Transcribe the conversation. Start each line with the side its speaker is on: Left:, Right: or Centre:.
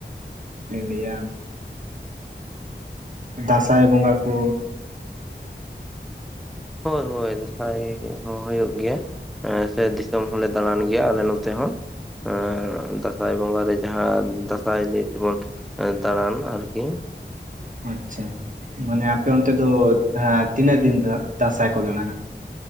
Right: ᱤᱧ ᱞᱟᱹᱭᱟ ᱫᱟᱸᱥᱟᱭ ᱵᱚᱸᱜᱟ ᱠᱚ
Centre: ᱦᱳᱭ ᱦᱳᱭ ᱫᱟᱸᱥᱟᱭ ᱦᱚᱸ ᱦᱩᱭᱩᱜ ᱜᱮᱭᱟ ᱥᱮ ᱫᱤᱥᱚᱢ ᱦᱚᱸᱞᱮ ᱫᱟᱬᱟᱱ ᱜᱮᱭᱟ ᱟᱞᱮ ᱱᱚᱛᱮ ᱦᱚᱸ ᱟᱸ ᱫᱟᱸᱥᱟᱭ ᱵᱚᱸᱜᱟᱨᱮ ᱡᱟᱦᱟᱸ ᱫᱟᱸᱥᱟᱭ ᱞᱟᱹᱭ ᱛᱮᱵᱚᱱ ᱫᱟᱬᱟᱱ ᱟᱨᱠᱤ
Right: ᱟᱪᱪᱷᱟ ᱢᱟᱱᱮ ᱟᱯᱮ ᱚᱱᱛᱮ ᱫᱚ ᱛᱤᱱᱟᱹᱜ ᱫᱤᱱ ᱫᱟᱸᱥᱟᱭ ᱠᱚ ᱫᱟᱬᱟᱱᱟ